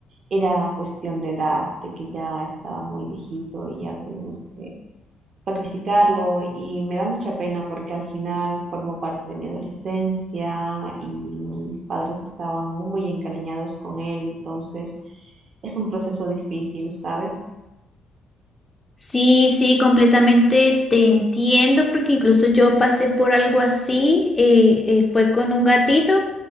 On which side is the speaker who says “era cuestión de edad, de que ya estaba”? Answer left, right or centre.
Right